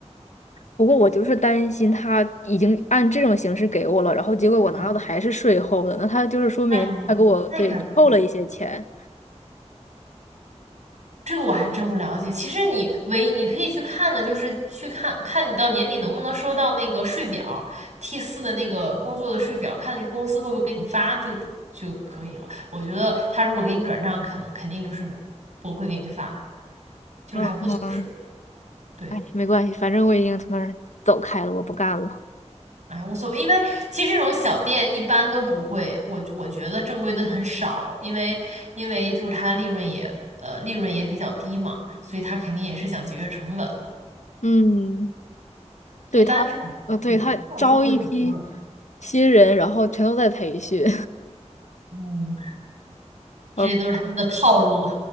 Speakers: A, on the left; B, on the right.
A: 不过我就是担心他已经按这种形式给我了，然后结果我拿到的还是税后的，
B: 嗯，
A: 那他就是说明他给我对扣了一些钱。
B: 那应那应该不会吧？这个我还真不了解。其实你唯你可以去看的，就是去看看你到年底能不能收到那个税表，T 四的那个工作的税表，看公司会不会给你发就得就可以了。我觉得他如果给你转账，可能肯定就是没不会给你发，就是他不走税。
A: 嗯嗯，
B: 对，
A: 哎，没关系，反正我已经从那儿走开了，我不干了。
B: 哎，无所谓，因为其实这种小店一般都不会，我我觉得正规的很少，因为因为就是他利润也呃利润也比较低嘛，所以他肯定也是想节约成本。
A: 嗯。对他，
B: 一般这种，
A: 呃，对他招一批
B: 对，这种操作挺多的。
A: 新人，然后全都在培训，
B: 嗯，
A: <laughs>
B: 这些都是他们的套路。
A: 呃，